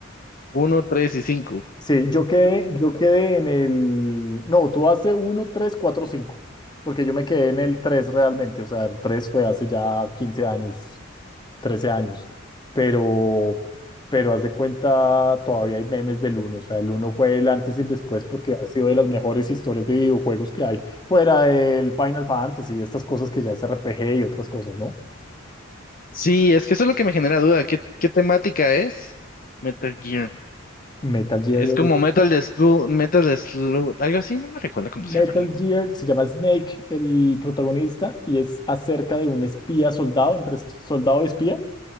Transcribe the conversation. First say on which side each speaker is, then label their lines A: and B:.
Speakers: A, on the left; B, on the left.
A: Uno, tres y cinco.
B: Sí, yo quedé, yo quedé en el... No, tú hace uno, 3, 4, 5. Porque yo me quedé en el 3 realmente. O sea, el 3 fue hace ya quince años 13 años, pero, pero haz de cuenta, todavía hay memes del uno, o sea, el uno fue el antes y el después porque ha sido de las mejores historias de videojuegos que hay, fuera del Final Fantasy, estas cosas que ya es R P G y otras cosas, ¿no?
A: Sí, es que eso es lo que me genera duda. ¿Qué, qué temática es? Metal Gear.
B: Metal Gear,
A: Es como Metal de Slug, Metal de Slug, algo así, no me recuerdo cómo
B: Metal
A: se llama.
B: Gear se llama Snake, el protagonista, y es acerca de un espía soldado, entre soldado y espía,